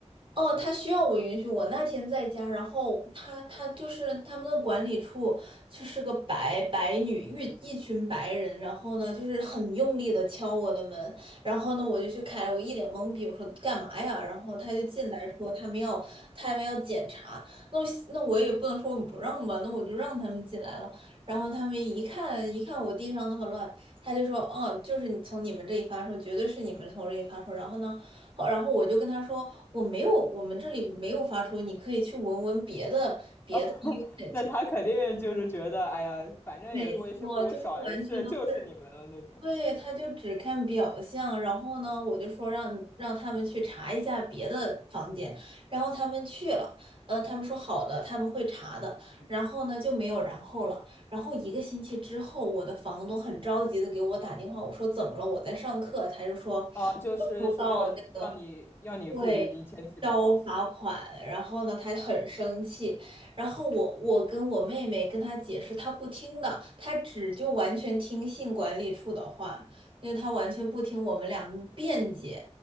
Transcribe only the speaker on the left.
啊，<laughs>
那他肯定就是觉得，哎呀，反正也多一事不如少一事，
就是你们了那种。
哦，就是说要要你要你付这一千七百刀，